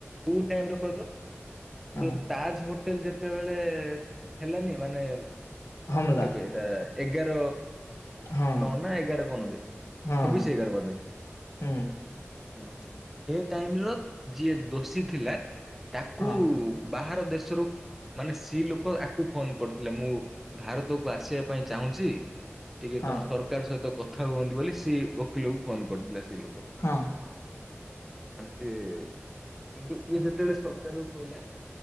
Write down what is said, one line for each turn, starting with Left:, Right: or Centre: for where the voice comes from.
Centre: କୋଉ ଟାଇମରେ କହ ତ
Left: ହଁ
Centre: ଯୋଉ ତାଜ ହୋଟେଲ ଯେତେବେଳେ ହେଲାନି ମାନେ
Left: ହମଲା
Centre: କେବେ ଆ ଏଗାର
Left: ହଁ
Centre: ନ ନା ଏଗାର କଣ ଦେ
Left: ହଁ
Centre: ଛବିଶ
Left: ହଁ
Centre: ଏଗାର ବୋଦେ
Left: ହୁଁ
Centre: ହୁଁ ଏ ଟାଇମ ର ଯିଏ ଦୋଷୀ ଥିଲା ତାକୁ
Left: ହଁ
Centre: ବାହାର ଦେଶରୁ ମାନେ ସି ଲୋକ ଆକୁ ଫୋନ କରିଥିଲା ମୁଁ ଭାରତକୁ ଆସିବା ପାଇଁ ଚାହୁଁଚି ଟିକେ
Left: ହଁ
Centre: ତମ ସରକାର ସହିତ କଥା ହୁଅନ୍ତି ବୋଲି ସେ ଓକିଲକୁ ଫୋନ କରିଥିଲା ସେ ଲୋକ।
Left: ହଁ।
Centre: ମାନେ ସିଏ କିନ୍ତୁ ଇଏ ଯେତେବେଳେ ସରକାର କୁ କହିଲା